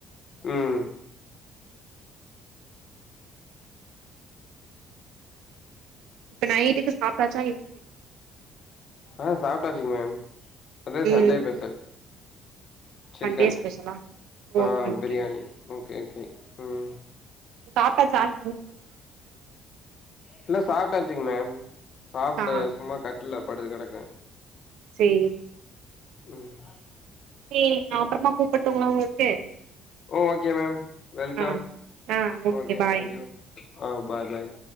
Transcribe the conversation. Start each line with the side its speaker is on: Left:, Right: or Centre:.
Left: ம்.
Right: இப்ப நைட்டுக்கு சாப்ட்டாசா இல்
Left: ஆ சாப்ட்டாச்சுங் மேம் அதா
Right: ம்
Left: சண்டே பெஷல். சிக்கன்
Right: சண்டே ஸ்பெஷலா
Left: ஆ
Right: okay okay
Left: biryani. Okay okay ம்.
Right: சாப்ட்டாசான்
Left: எல்லா சாப்ட்டாச்சுங் மேம் சாப்ட்டு
Right: ஆ
Left: சும்மா கட்டுல்ல படுத்து கெடக்கே.
Right: சேர்
Left: ம்.
Right: சேரி நா அப்பறமா கூப்பட்டுங்ளா உங்களுக்கு?
Left: ஓ ஓகே மேம் வெல்கம்
Right: ஆ ஆ
Left: ஓகே
Right: பாய்
Left: தேங்க்யூ ஆ பா பாய்.